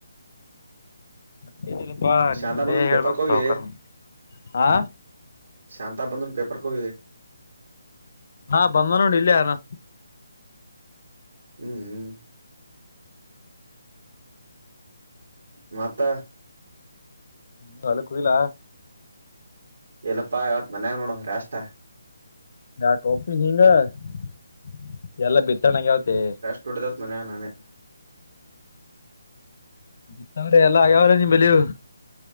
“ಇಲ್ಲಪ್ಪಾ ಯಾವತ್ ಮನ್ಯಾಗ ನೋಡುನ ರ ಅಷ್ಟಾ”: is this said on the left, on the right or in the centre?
Right